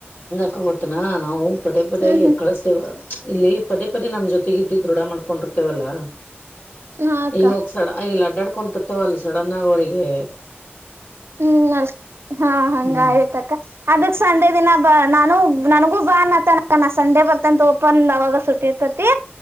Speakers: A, on the left (about 50°); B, on the right (about 70°).
A: <unintelligible> ಗೊತ್ತನಾ ನಾವು ಪದೇ ಪದೇ
B: ಹ್ಮ್
A: ಕಳಸ್ತೇವ ಇಲ್ಲಿ ಪದೇ ಪದೇ ನಮ್ ಜೊತ್ ತೆಗಿದ್ದ <unintelligible> ದೃಢ ಮಾಡ್ಕೊಂಡಿರ್ತೇವಲ್ಲಾ
B: ಹ್ಮ್ ಹಾ ಅಕ್ಕ
A: ಈಗ ಹೋಗ್ಸಡ ಈ <unintelligible> <unintelligible> ಡಾಡ್ಕೊಂತರ್ತವಲ್ ಸಡನ್ ಆಗ ಅವರಿಗೆ
B: ಹ್ಮ್ ಅ ಹಾ ಹಂಗ
A: ಹ್ಮ್
B: ಆಯತಕ್ಕ ಅದಕ್ ಸಂಡೆ ದಿನ ಬ ನಾನು ನನಗೂ ಬಾ ಅನ್ತನ ನ ಸಂಡೆ ಬರ್ತಂತ ಓಪನ್ ಅವಾಗ ಸುಟ್ಟಿ ಇರ್ತತಿ